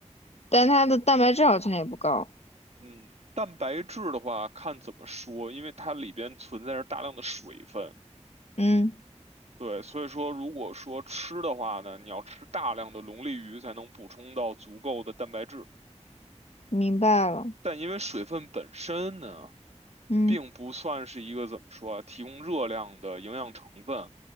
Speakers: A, on the left; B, on the right.
A: 但它的蛋白质好像也不高。
B: 嗯，蛋白质的话，看怎么说，因为它里边存在着大量的水分，
A: 嗯，
B: 对，所以说如果说吃的话呢，你要吃大量的龙利鱼才能补充到足够的蛋白质，
A: 明白了。
B: 但因为水分本身呢，
A: 嗯
B: 并不算是一个怎么说啊，提供热量的营养成分，